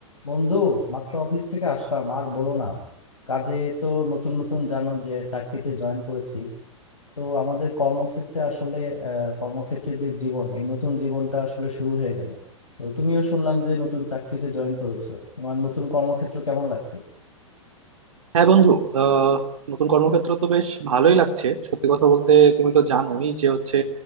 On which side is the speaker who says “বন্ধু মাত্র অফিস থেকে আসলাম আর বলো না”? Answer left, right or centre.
Left